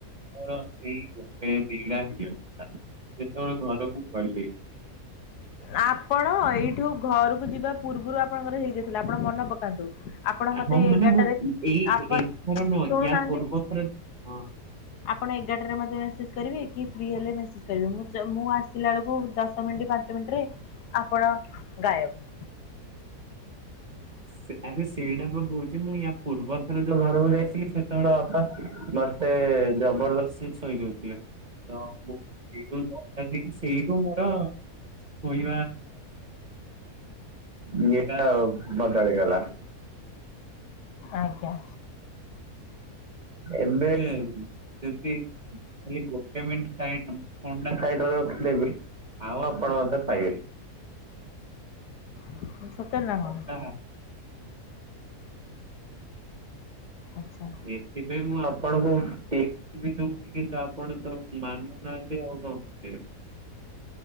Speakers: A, on the right; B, on the left.
A: ମୋର ସେଇ ଗୋଟେ ଦିଡା ହେଇଯ ଯେତେବେଳେ ଘରକୁ ଗଲି
B: ଆପଣ ଏଇଠୁ ଘରକୁ ଯିବା ପୂର୍ବରୁ ଆପଣଙ୍କର ହେଇଯାଇଥିଲା ଆପଣ ମନ ପକାନ୍ତୁ ଆପଣ ମତେ
A: ହଁ
B: ଏଗାରଟାରେ
A: ମାନେ ମୁଁ ଏଇ
B: ଆପଣ
A: ଏଥର ନୁହ
B: ଶୁଣୁନାହାନ୍ତି
A: ୟା ପୂର୍ବ ଥର ହଁ
B: ଆପଣ ଏଗାରଟାରେ ମୋତେ ମେସେଜ କରିବେ କି ଫ୍ରି ହେଲେ ମେସେଜ୍ କରିବେ ମୁ ଚ ମୁଁ ଆସିଲା ବେଳକୁ ଦଶ ଦଶ ମିନିଟ ପାଞ୍ଚ ମିନିଟ୍ରେ ଆପଣ ଗାଏବେ ହ <inaudible>
A: ସେ- ଆରେ ସେଇଟା ପ କହୁଛି ମୁଁ ୟା ପୂର୍ବ ଥର ଯୋଉ ଘର ବୁ ଯାଇଥିଲି ସେତେବେଳେ ବାପା ମୋତେ ଜବରଦସ୍ତି ଶୋଇ ଦଉଥିଲେ। ତ ମୁଁ ସେଇଠୁ <unintelligible> ହେଇକି ସେଇଠୁ ମୋର କହିବା ଇଏଟା ଆଉ ବଦଳିଗଲା।
B: ଆଜ୍ଞା।
A: ଏବେ ଯଦି ଖାଲି ଗୋଟେ ମିନଟ୍ ଟାଇମ୍ ଦବୁ, ଅଣ୍ଡା ଖାଇଦବ ରଖିଲେ ବି ଆଉ ଆଉପଣ ମୋତେ ପାଇବେନି।
B: <inaudible> ସତରେ ନା
A: ଫୋନ୍
B: କଣ?
A: ଟା ହଁ।
B: ଆଚ୍ଛା।
A: ସେଥିପାଇଁ ମୁଁ ଆପଣଙ୍କୁ ଟିସ୍ପ ବି ଦଉଛି କିନ୍ତୁ ଆପଣ ତ ମାନୁ ନାହାନ୍ତି ଆଉ କଣ <unintelligible>